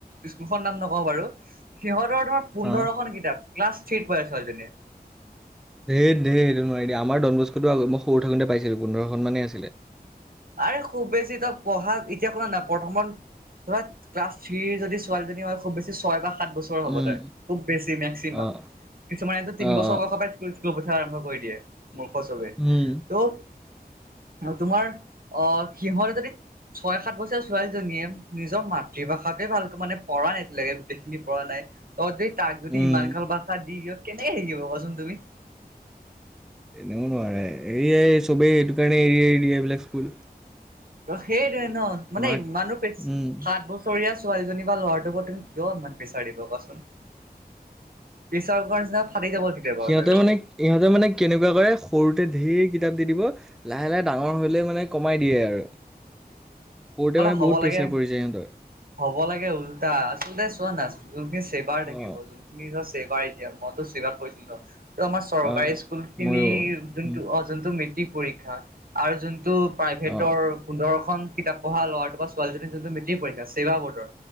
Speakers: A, on the right (about 65°); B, in the centre.
A: স্কুলখন নাম নকওঁ বাৰু সিহঁতৰ তোমাৰ পোন্ধৰখন
B: অ'
A: কিতাপ ক্লাছ থ্ৰীত পঢ়ে ছোৱালীজনী
B: ঢেৰ ঢেৰ সেইটো নোৱাৰি দে আমাৰ ডনবস্কোটো মই সৰু থাকোতে পোন্ধৰখন মানেই আছিল
A: আৰে খুব বেছি ত পঢ়া এতিয়া কথা নাই প্ৰথমত ধৰা ক্লাছ থ্ৰিৰ যদি ছোৱালীজনী হয় খুব বেছি ছয় মান সাত বছৰ হ'ব
B: উম
A: তাৰ খুব বেছি মেক্সিমাম
B: অ'
A: কিছুমানটো তিন
B: অ'
A: বছৰ
B: অ'
A: বয়সৰ স্কুল পঠোৱা আৰম্ভ কৰি দিয়ে মূৰ্খ চবে
B: উম
A: ত' তোমাৰ অ সিহঁতে যদি ছয় সাত বছৰ ছোৱালীজনীয়ে নিজৰ মাতৃভাষাটোৱে ভালকে মানে পঢ়া নাই এতিয়ালৈকে গোটেইখিনি পঢ়া নাই অ দেই তাক যদি
B: উম
A: ইমান গাল বাচা দি দিয় কেনেকে শিকিব কচোন তুমি
B: এনেও নোৱাৰে এইয়াই চবেই সেইটো কাৰণে এৰি এৰি দিয়ে বোলে স্কুল
A: সেইটোৱে ন মানে
B: মাক
A: ইমানো পেচ সাত
B: উম
A: বছৰ বছৰিয়া ছোৱালীজনী বা ল'ৰাটোৰ পতি কিয় ইমান প্ৰেছাৰ দিব কোৱাচোন প্ৰেছাৰ কুকাৰ নিচিনা ফাটি যাব কেতিয়াবা
B: সিহঁতে
A: চাগে
B: মানে ইহঁতে মানে কেনেকুৱা কৰে সৰুতে ঢেৰ কিতাপ দি দিব লাহে লাহে ডাঙৰ হলে মানে কমাই দিয়ে আৰু গোটে মানে
A: হ'ব
B: বহুত প্ৰেছাৰ
A: লাগে
B: পৰি যায় সিহঁতৰ
A: হ'ব লাগে ওল্টা আচলতে চোৱা না যোনখিনি চেবাৰ থাকিব
B: অ
A: সি টো চেবাৰ এতিয়া মইতো চেবাত পঢ়িছিলো ন ত' আমাৰ চৰকাৰী
B: অ
A: স্কুল খিনি
B: ময়ো
A: যোনটো
B: উম
A: অ যোনটো মেট্ৰিক পৰীক্ষা আৰু যোনটো প্ৰাইভেটৰ
B: অ
A: পোন্ধৰখন কিতাপ পঢ়া ল'ৰাটো বা ছোৱালীজনীৰ যোনটো মেটিক পৰীক্ষা ছেবা বৰ্ডৰ